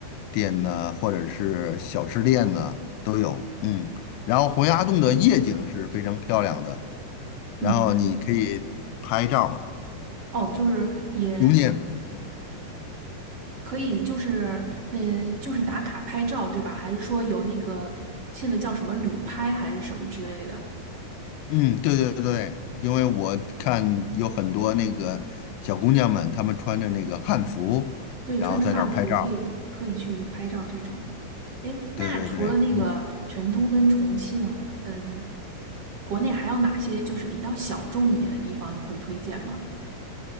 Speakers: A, on the left; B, on the right.
A: 店呢，或者是小吃店呢都有，嗯，然后洪崖洞的夜景是非常漂亮的，
B: 挺好的。
A: 然后你可以拍照
B: 嗯，哦，就是也
A: 留念。
B: 可以，就是呃，就是打卡拍照，对吧？还是说有那个现在叫什么旅拍还是什么之类的？
A: 嗯，对对对，因为我看有很多那个小姑娘们，她们穿着那个汉服，
B: 对，
A: 然后在那儿拍照。
B: 穿着汉服可以特意去拍照这种。诶，
A: 对对对，
B: 那除了那个成都跟重庆，
A: 嗯，
B: 嗯、国内还有哪些就是比较小众一点的地方你会推荐吗？